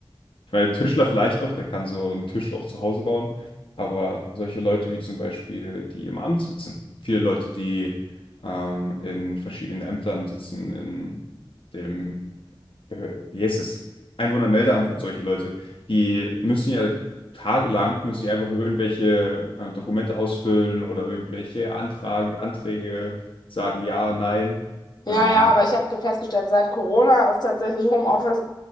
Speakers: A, on the left; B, on the left.
A: ich meine, Tischler vielleicht noch, der kann so einen Tisch auch zu Hause bauen. Aber solche Leute wie zum Beispiel, die im Amt sitzen, viele Leute, die ähm, in verschiedenen Ämtern sitzen, in dem Behör- wie heißt es? Einwohnermeldeamt und solche Leute, die müssen ja tagelang, müssen die einfach nur irgendwelche äh, Dokumente ausfüllen oder irgendwelche Antrag, Anträge sagen, ja, nein.
B: Ja,
A: Ähm,
B: ja,
A: zum
B: aber
A: Beispiel.
B: ich habe festgestellt, seit Corona ist tatsächlich Homeoffice